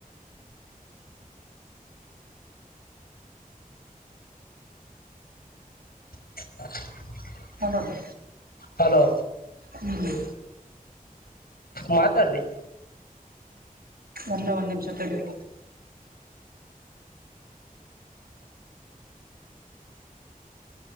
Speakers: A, on the left; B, on the right.
A: <inaudible>
B: ಹಲೋ ರೀ.
A: ಹಲೋ
B: ಹೂ.
A: ಮಾತಾಡ್ರಿ.
B: ಒಂದೇ ಒಂದ್ ನಿಮಿಷ ತಡೀರಿ.